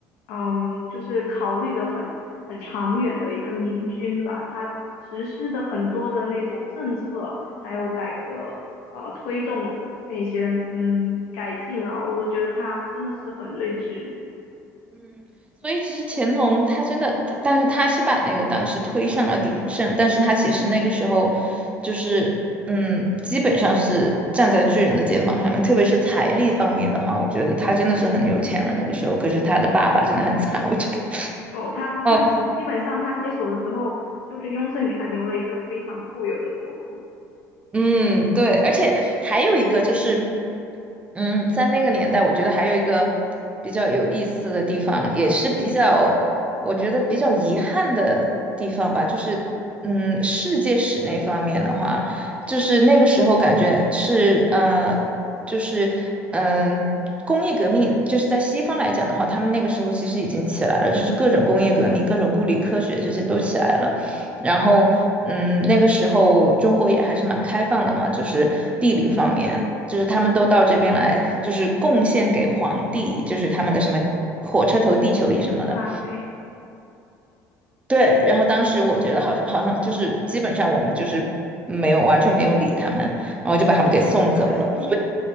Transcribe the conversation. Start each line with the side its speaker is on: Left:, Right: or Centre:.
Left: 嗯，就是考虑的很很长远的一个明君吧。他实施的很多的那种政策，还有改革，呃，推动的那些嗯改进啊，我都觉得他真的是很睿智。
Right: 嗯，所以其实乾隆他真的，他但是他是把那个当时推上了鼎盛，但是他其实那个时候就是，嗯，基本上是站在巨人的肩膀上面，特别是财力方面的话，我觉得他真的是很有钱了那个时候，可是他的爸爸真的很惨，我觉得。
Left: 哦，他他基基本上他接手的时候，
Right: 啊
Left: 就是雍正给他留了一个非常富有的国库。
Right: 嗯，对，而且还有一个就是，嗯，在那个年代，我觉得还有一个比较有意思的地方，也是比较，我觉得比较遗憾的地方吧，就是，嗯，世界史那方面的话，就是那个时候感觉是，呃，就是，嗯、工业革命，就是在西方来讲的话，他们那个时候其实已经起来了，就是各种工业革命、各种物理科学这些都起来了。然后，嗯，那个时候中国也还是蛮开放的嘛，就是地理方面，
Left: 嗯
Right: 就是他们都到这边来，就是贡献给皇帝，就是他们的什么火车头地球仪什么的。
Left: 啊，对，
Right: 对，然后当时我觉得好像好像就是基本上我们就是没有完全没有理他们，然后就把他们给送走了，
Left: 很可惜。